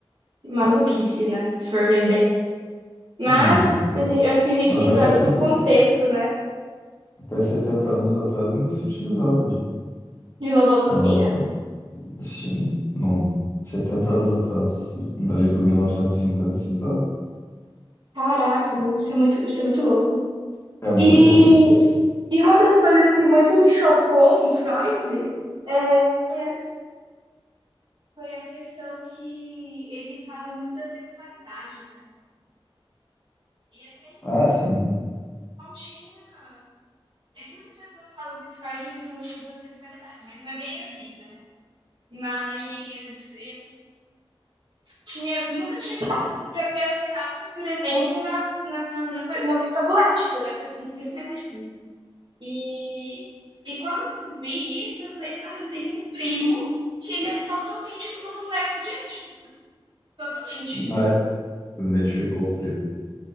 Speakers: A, on the right (about 55°); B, on the left (about 30°).
A: Maluquice, né? Se for ver bem. Mas
B: Hum,
A: <laughs>
B: é.
A: eu
B: A-
A: acho que a gente
B: Mas
A: tem
B: até,
A: que olhar todo
B: cinco,
A: o contexto, né?
B: até 70 anos atrás ainda se utilizava de.
A: De lobotomia?
B: Não é? Sim, não. setenta anos atrás, ali por 1950 se usava.
A: Caraca, meu, isso é muito, isso é muito louco.
B: É muito
A: E,
B: recente.
A: e uma das coisas que muito me chocou no Freud é, foi a, foi a questão que ele fala muito da sexualidade, né? E até
B: Ah, sim.
A: não tinha. É que muitas pessoas falam que Freud resolveu tudo a sexualidade, mas não é bem assim, né? Mas eu tinha, nunca tinha parado pra pensar, por exemplo, na, na, na, coi- na questão do ético, né? Assim, do ético. E, e quando eu vi isso, eu falei, cara, eu tenho um primo que ele é totalmente com o complexo de ético. Totalmente.
B: Ah, é. Identificou o primo.